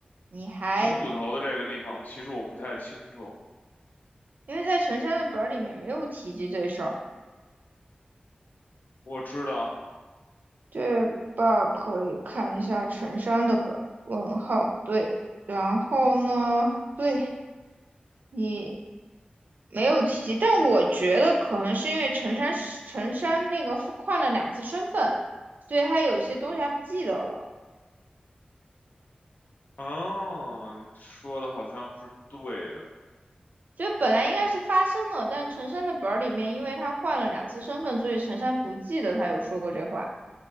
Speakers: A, on the right; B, on the left.
A: 你还
B: 总捕头的这个地方，其实我不太清楚。
A: 因为在陈山的本儿里面没有提及这事儿，
B: 我知道，
A: 这 b 可以看一下陈山的本儿。问号对，然后呢？对你没有提及，但我觉得可能是因为陈山陈山那个换了两次身份，所以他有些东西他不记得了。
B: 哦，你说的好像是对的，
A: 所以本来应该是发生了，但陈山的本儿里面，因为他换了两次身份，所以陈山不记得他有说过这话。